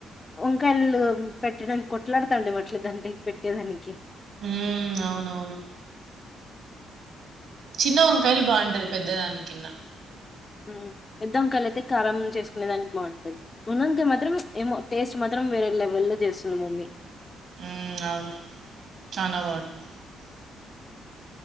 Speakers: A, on the left; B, on the right.
A: వంకాయలు పెట్టడానికి కొట్లాడుతాండెం మట్ల దాడ్లి పెట్టేదానికి
B: హు అవునవును చిన్న వంకాయలు బాగుంటది పెద్దదాని కిన్నా
A: హు పెద్దంకాయ్లై తే కారం చేసుకునే దానికి బాగుంటది నున్నంతే మాత్రం ఏమో టేస్ట్ మాత్రం వేరే లెవెల్ల్లో చేస్తుంది మమ్మీ
B: ఆ అవును చనా వాటర్